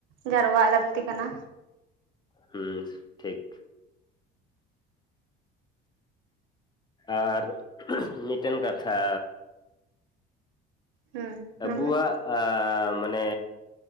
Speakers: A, on the right; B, on the left.
A: ᱡᱟᱨᱣᱟᱜ ᱞᱟᱹᱠᱛᱤ ᱠᱟᱱᱟ᱾
B: ᱦᱩᱸ ᱴᱷᱤᱠ᱾ ᱟᱨ ᱢᱤᱫᱴᱮᱱ ᱠᱟᱛᱷᱟ
A: ᱦᱮᱸ ᱢᱮᱱᱵᱮᱱ
B: ᱟᱵᱚᱣᱟᱜ ᱢᱟᱱᱮ